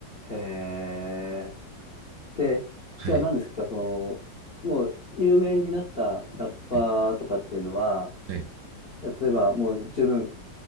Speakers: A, on the left (about 45°); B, on the right (about 65°).
A: へえ。で、
B: はい。
A: じゃあ何ですか、その、もう有名になったラッパーとかっていうのは、
B: はい。はい。
A: 例えばもう十分、